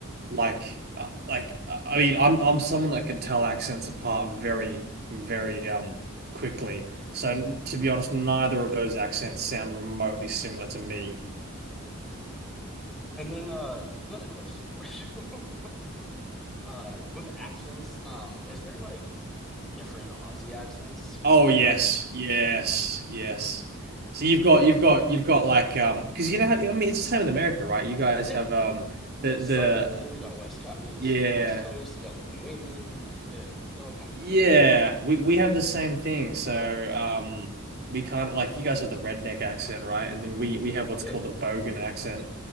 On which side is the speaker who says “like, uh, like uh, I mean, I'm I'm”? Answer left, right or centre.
Right